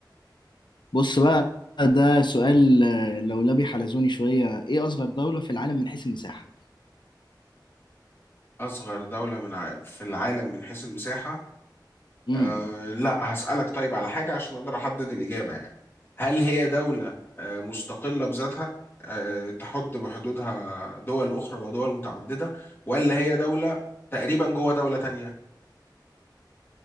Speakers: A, on the left; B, on the left.
A: بص بقى ده سؤال آه، لولبي حلزوني شويه ايه اصغر دوله في العالم من حيث المساحه
B: أصغر دولة من ع... في العالم من حيث المساحة
A: امم
B: أه لا هسألك طيب على حاجة عشان أقدر أحدد الإجابة يعني هل هي دولة أه مستقلة بذاتها أه تحد بحدودها دول أخرى ودول متعددة ولا هي دولة تقريبا جوه دولة تانية